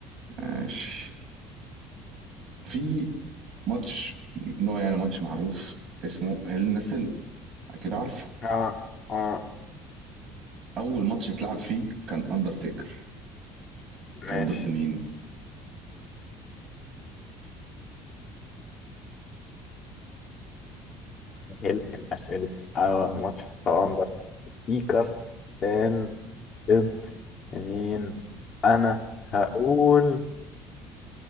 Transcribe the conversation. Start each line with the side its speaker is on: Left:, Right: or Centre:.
Right: ماشي في ماتش نوع يعني ماتش معروف اسمه هيل ان سيل اكيد عارفه
Left: اه اه
Right: اول ماتش اتلعب فيه كان اندرتيكر كان
Left: ماشي
Right: ضد مين
Left: هل الأسئلة اه ماتش تواندر سبيكر فان ضد مين انا هقول